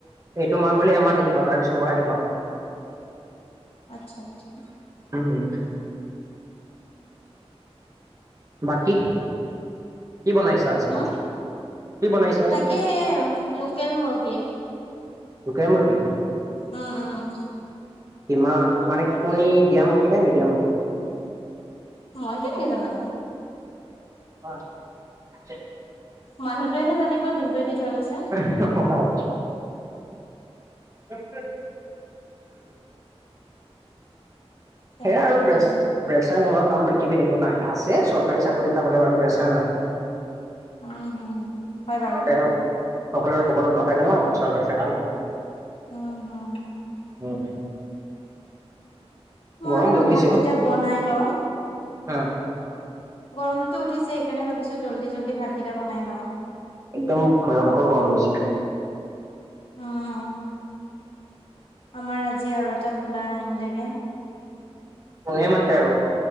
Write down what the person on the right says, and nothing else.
এইটো মাহ গলে এমাহ থাকিব তাৰ পিছৰ পৰা পাম।
উম উম। বাকী কি বনাইছা আজি
কি বনাইছা আজি?
লোকেল মুৰ্গি।
কিমা মানে কণী দিয়া মুৰ্গী নে নিদিয়া মুৰ্গী?
হয়। <unintelligible>
<unintelligible> উম
সেয়া আৰু প্ৰেছ প্ৰেছাৰ নোহোৱা কাম পৃথিৱীত একো নাই আছে চৰকাৰী চাকৰিটা পাবলে বাৰু প্ৰেছাৰ নাই।
তেওঁ সকলোৰে কপালত নাথাকে ন চৰকাৰী চাকৰি।
উম
গৰম
বহুত
দিছে অ'।
উম।
একদম ভয়ংকৰ গৰম দিছে।
কোনে মাত্ৰ আৰু